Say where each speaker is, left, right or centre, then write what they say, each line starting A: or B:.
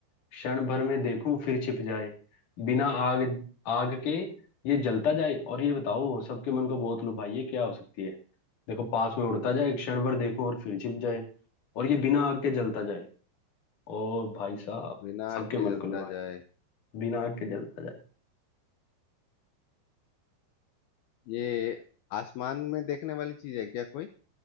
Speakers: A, on the left (about 45°); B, on the left (about 80°).
A: क्षण भर में देखूं फिर छिप जाए बिना आग आग के ये जलता जाए और ये बताओ सबके मन को बहुत लो भाई ये क्या हो सकती है देखो पास में उड़ता जाए क्षण भर देखूं और फिर छिप जाए और ये बिना आग के जलता जाए और भाई साहब
B: बिना आग
A: सबके
B: के
A: मन
B: जलता
A: को लुभाए
B: जाए
A: बिना आग के जलता जाए
B: ये आसमान में देखने वाली चीज है क्या कोई